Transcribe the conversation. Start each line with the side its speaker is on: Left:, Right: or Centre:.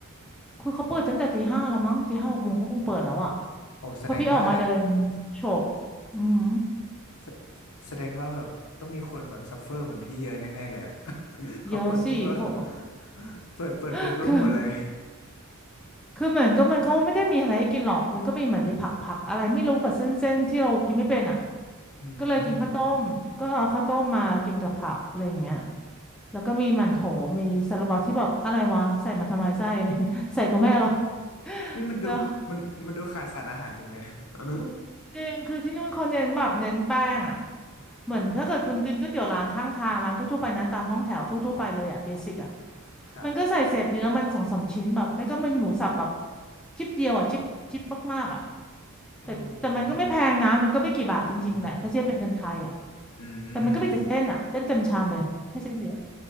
Centre: คือเขาเปิดตั้งแต่ตีห้าแล้วมั้งตีห้าหกโมงเขาคงเปิดแล้วอ่ะ
Left: โอ้แสดงว่า
Centre: พอพี่ออกมาเดินโบอืม
Left: แสแสดงว่าแบบต้องมีคนแบบซัฟเฟอร์เหมือนพี่เยอะแน่ๆเลยอะ <laughs> เขาเปิดปุ๊บแล้ว
Centre: เยอะสิเพราะ
Left: <laughs> เปิดเปิดปุ๊บแล้วหมดเลย
Centre: <laughs> คือคือเหมือนก็มันเขาไม่ได้มีอะไรให้กินหรอกมันก็มีเหมือนมีผักผักอะไรไม่รู้กับเส้นเส้นที่เรากินไม่เป็นอ่ะ
Left: <laughs> อื
Centre: ก็เลยกินข้าวต้มก็เอาข้าวต้มมากินกับผักอะไรอย่างเงี้ย
Left: ม
Centre: แล้วก็มีหมั่นโถมีซาลาเปาที่แบบอะไรวะใส่มาทำไมไส้อะไร <laughs> ใส่ก็ไม่อร่อย
Left: พี่มันดูมันมันดูขาดสารอาหารจังเลย
Centre: <laughs> แล้ว
Left: <laughs>
Centre: จริงคือที่นู่นเขาเน้นแบบเน้นแป้งอ่ะเหมือนถ้าเกิดคุณกินก๋วยเตี๋ยวร้านข้างทางร้านทั่วๆไปนะตามห้องแถวทั่วๆไปเลยอ่ะเบสิกอ่ะ
Left: เออครับ
Centre: มันก็ใส่เศษเนื้อมันสองสามชิ้นแบบไม่ก็มันหมูสับแบบชิปเดียวอ่ะชิปชิปมากๆอ่ะ
Left: โอ้โห
Centre: แต่แต่มันก็ไม่แพงนะมันก็ไม่กี่บาทจริงๆแหละถ้าเทียบเป็นเงินไทยอ่ะ
Left: อืม อืม
Centre: แต่มันก็มีแต่เส้นอ่ะเส้นเต็มชามเลยให้เส้นเยอะ